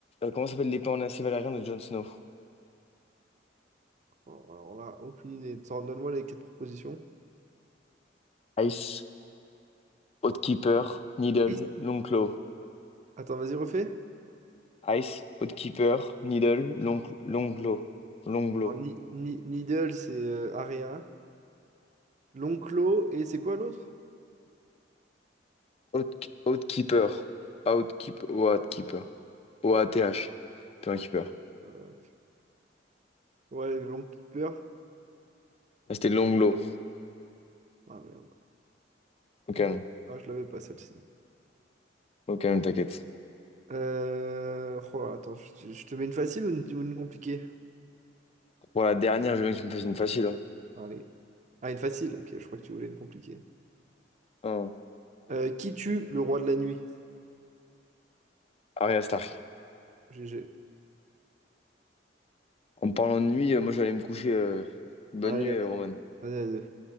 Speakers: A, on the left (about 35°); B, on the right (about 40°).
A: comment s'appelle l'épée en acier valérien de Jon Snow?
B: Oh, alors là, aucune idée. T'en- Donne-moi les quatre propositions.
A: Ice, Outkeeper, Needle,
B: Et-
A: Longclaw.
B: Attends, vas-y, refais.
A: Ice, Outkeeper, Needle, Long, Longclaw. Longclaw.
B: Alors, Ni- Ni- Needle, c'est euh, Area. L'Onclo, et c'est quoi l'autre?
A: Out- Outkeeper. Outkeep, Outkeeper. O-A-T-H. Puis
B: Ouais,
A: un keeper.
B: euh, ouais, l'Oncle Keeper.
A: Ah, C'était Longlow.
B: Ah merde.
A: Au calme.
B: Ah, je, ah, je l'avais pas celle-ci.
A: Au calme, t'inquiète.
B: Euh, oh là, attends, je, je je te mets une facile ou une, ou une compliquée?
A: Pour la dernière, je veux bien que tu me fasses une facile. hein.
B: Allez. Ah, une facile, ok, je crois que tu voulais une compliquée.
A: Oh,
B: Euh, qui tue le roi de la nuit?
A: Arya Stark.
B: GG.
A: En me parlant de nuit, euh, moi je vais aller me coucher. euh, Bonne
B: Allez,
A: nuit, euh,
B: vas-y,
A: Roman.
B: vas-y.